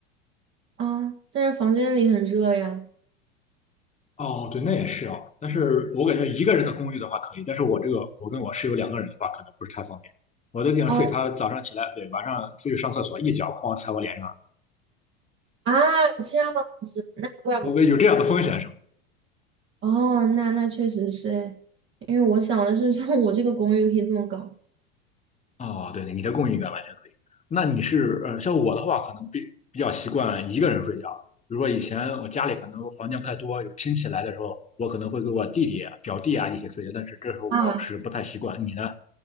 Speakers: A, on the right; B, on the left.
A: 啊，但是房间里很热呀。
B: 哦，对，那也是哦。但是我感觉一个人的公寓的话可以，但是我这个我跟我室友两个人的话，可能不是太方便。我在地上睡，
A: 哦
B: 他早上起来，对，晚上出去上厕所，一脚哐踩我脸上，
A: 啊，这样子，那怪不得
B: 我有这样的风险是吗？
A: 哦，那那确实是诶，因为我想的是 <laughs> 像我这个公寓可以这么搞
B: 哦，对对，你的供应应该完全可以。那你是呃，像我的话，可能比比较习惯一个人睡觉。比如说以前我家里可能房间不太多，有亲戚来的时候，我可能会跟我弟弟啊、表弟啊一起睡觉，但是这时候我是不太习惯。
A: 啊，
B: 你呢？